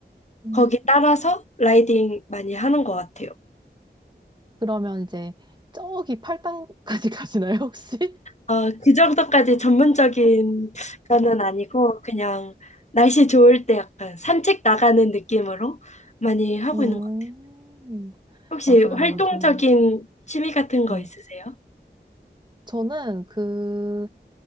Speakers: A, on the right; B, on the left.
A: 음.
B: 거기 따라서 라이딩 많이 하는 것 같아요.
A: 그러면 이제 저기 팔당까지 <laughs> 가시나요, 혹시?
B: 어, 그 정도까지 전문적인 거는 아니고 그냥 날씨 좋을 때 약간 산책 나가는 느낌으로 많이 하고
A: 음,
B: 있는 것 같아요. 혹시
A: 맞아요,
B: 활동적인
A: 요즘.
B: 취미 같은 거
A: 음.
B: 있으세요?
A: 저는 그,